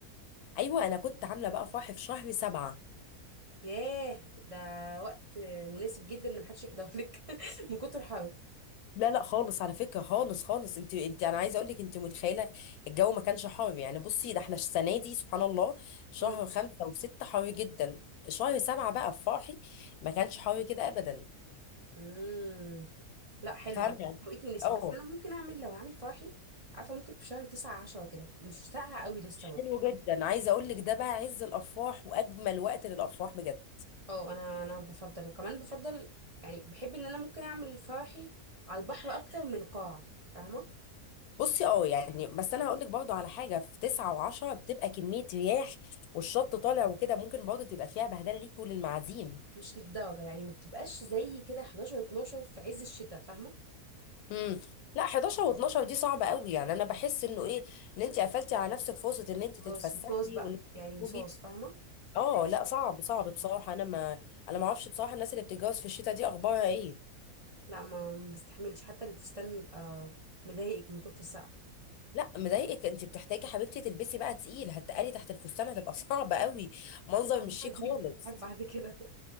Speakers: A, on the left (about 80°); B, on the right (about 45°).
A: ايوه انا كنت عامله بقى فرح في شهر سبعة
B: ياه ده وقت مناسب جدا ان محدش يحضر لك <laughs> من كتر الحر
A: لا لا خالص على فكره خالص خالص انت انت انا عايزه اقول لك انت متخيله الجو ما كانش حر يعني بصي ده احنا السنه دي سبحان الله شهر
B: مم.
A: خمسة وستة حر جدا شهر سبعة بقى في فرحي ما كانش حر كده ابدا
B: مم. لا حلو
A: فاهمه
B: توقيت مناسب
A: اه
B: بس انا ممكن اعمل لو هعمل فرحي عارفه ممكن في شهر 9 10 كده مش ساقعه قوي لسه برضه
A: حلو جدا عايزه اقول لك ده بقى عز الافراح واجمل وقت للافراح بجد
B: اه انا انا بفضل وكمان بفضل يعني بحب ان انا ممكن اعمل فرحي على البحر اكتر من قاعه فاهمه
A: بصي اه يعني بس انا هقول لك برضو على حاجه في تسعة وعشرة بتبقى كميه رياح والشط طالع وكده ممكن برضو تبقى فيها بهدله ليكي وللمعازيم
B: مش للدرجة يعني ما بتبقاش زي كده 11 12 في عز الشتاء فاهمة
A: امم لا 11 و12 دي صعبه قوي يعني انا بحس انه ايه ان انت قفلتي على نفسك فرصه ان انت
B: خلاص
A: تتفسحي
B: وصاص بقى
A: وان انت
B: يعني وصاص
A: تخرجي
B: فاهمة
A: اه لا صعب صعب بصراحه انا ما انا ما اعرفش بصراحه الناس اللي بتتجوز في الشتاء دي اخبارها ايه
B: لا ما ما بستحملش حتى الفستان يبقى مضايقك من كتر السقعة
A: لا مضايقك انت بتحتاجي حبيبتي تلبسي بقى تقيل هتقلي تحت الفستان هتبقى صعبة قوي منظر
B: بعدين
A: مش
B: هتجيلك
A: شيك خالص
B: بالحاجات بعد كده